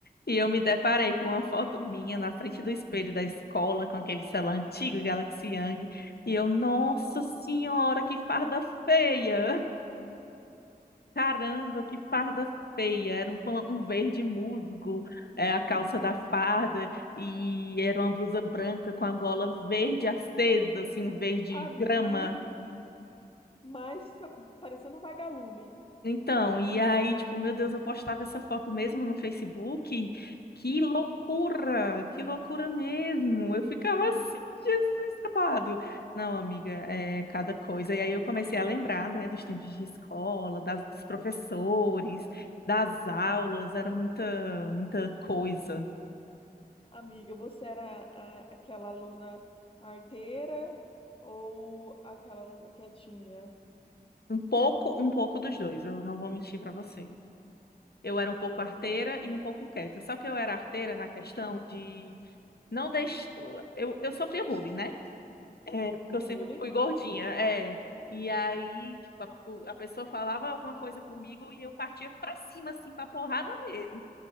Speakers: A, on the left; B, on the left.
A: e eu me deparei com uma foto minha na frente do espelho da escola com aquele celular antigo Galaxy Young e eu, nossa senhora, que farda feia! Caramba, que farda feia! Era um, pan- um verde musgo, é, a calça da farda, e era uma blusa branca com a gola verde acesa, assim, um verde
B: Amiga,
A: grama.
B: mas sa- parecendo um vagalume.
A: Então, e aí, tipo, meu Deus, eu postava essa foto mesmo no Facebook. Que loucura! Que loucura mesmo! Eu ficava assim, Jesus amado. Não, amiga, é cada coisa. E aí eu comecei a lembrar, né, dos tempos de escola, das, dos professores, das aulas, era muita, muita coisa.
B: Amiga, você era a- aquela aluna arteira ou aquela aluna quietinha?
A: Um pouco, um pouco dos dois, eu não vou mentir pra você. Eu era um pouco
B: Aham.
A: arteira e um pouco quieta. Só que eu era arteira na questão de não deixar. Eu, eu sofria bullying, né? É, porque eu
B: Bullying?
A: sempre fui gordinha, é. E aí, tipo, a, o- a pessoa falava alguma coisa comigo e eu partia pra cima, assim, pra porrada mesmo.